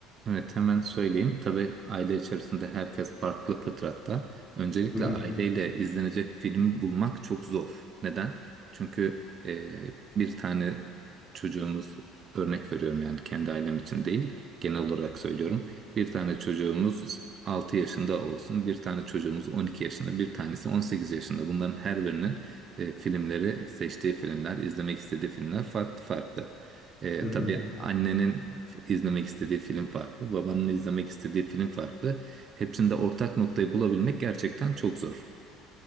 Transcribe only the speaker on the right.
Evet hemen söyleyeyim. Tabii aile içerisinde herkes farklı fıtratta. Öncelikle
aileyle izlenecek filmi bulmak çok zor. Neden? Çünkü e, bir tane çocuğumuz örnek veriyorum yani kendi ailem için değil genel olarak söylüyorum. Bir tane çocuğumuz 6 yaşında olsun, bir tane çocuğumuz 12 yaşında, bir tanesi 18 yaşında. Bunların her birinin e, filmleri, seçtiği filmler, izlemek istediği filmler farklı farklı. E,
tabii annenin izlemek istediği film farklı, babanın izlemek istediği film farklı. Hepsinde ortak noktayı bulabilmek gerçekten çok zor.